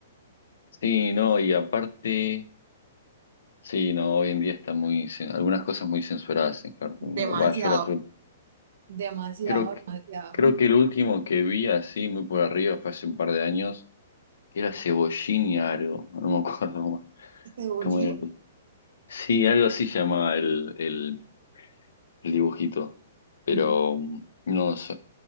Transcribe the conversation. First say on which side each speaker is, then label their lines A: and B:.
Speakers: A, on the left (about 75°); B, on the right (about 60°).
A: Sí, no, y aparte, sí, no, hoy en día están muy, cen- algunas cosas muy censuradas en Cartoon
B: Demasiado,
A: Network. Va, yo las-
B: demasiado,
A: creo que,
B: demasiado.
A: creo que el último que vi así, muy por arriba, fue hace un par de años, que era Cebollín y algo, no me acuerdo <laughs> cómo,
B: Cebollín.
A: cómo era. Sí, algo así llamaba el, el, el dibujito, pero
B: Mm.
A: mm, no sé.